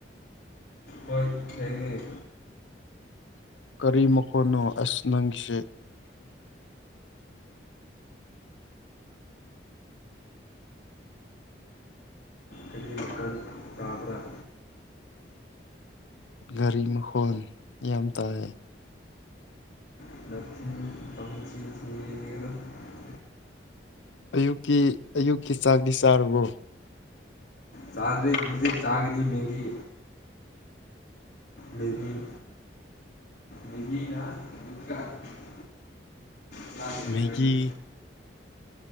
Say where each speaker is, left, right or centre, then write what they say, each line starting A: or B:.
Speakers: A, on the left; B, on the left.
A: ꯍꯣꯏ ꯊꯥꯡꯉꯦ
B: ꯀꯔꯤ ꯃꯈꯣꯟꯅꯣ ꯑꯁ ꯅꯪꯒꯤꯁꯦ
A: ꯀꯔꯤ ꯃꯈꯣꯜ ꯇꯥꯕ꯭ꯔꯥ
B: ꯒꯥꯔꯤ ꯃꯈꯣꯟ ꯌꯥꯝ ꯇꯥꯏ
A: <unintelligible>
B: ꯑꯌꯨꯛꯀꯤ ꯑꯌꯨꯛꯀꯤ ꯆꯥꯛꯗꯤ ꯆꯥꯔꯕꯣ
A: ꯆꯥꯗ ꯍꯧꯨꯖꯤꯛ ꯆꯥꯒꯅꯤ ꯃꯒꯤ ꯃꯦꯒꯤ ꯃꯦꯒꯤꯅ <unintelligible> ꯀ꯭ꯂꯥꯁ ꯂꯣꯏꯗꯣꯏꯅꯤ
B: ꯃꯦꯒꯤ